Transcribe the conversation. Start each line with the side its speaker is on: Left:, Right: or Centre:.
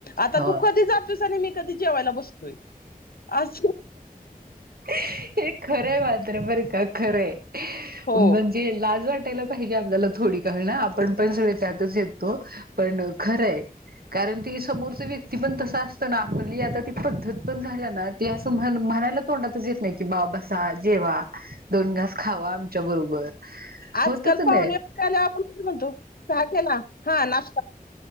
Left: आता
Right: हो
Left: तू कधी जातुस आणि मी कधी जेवायला बसतोय. अछा.
Right: हे खरंय मात्र बरं का, खरंय.
Left: हो
Right: म्हणजे लाज वाट यला पाहीजे आपल्याला थोडी काही ना आपण पण सगळे त्यात येतो पण खरंय, कारण ती समोरच व्यक्ती पण तस असतं ना, आपली आता ती पद्धत पण झाल्या ना, ती असं म्ह म्हणायला तोंडात तस येत नाही की, बाव बसा जेवा दोन घास खावा आमच्या बरोबर.
Left: आजकाल
Right: होतच
Left: पाहुणेवरल्या
Right: नाही
Left: आपण कस म्हणतो चहा केला हा ना,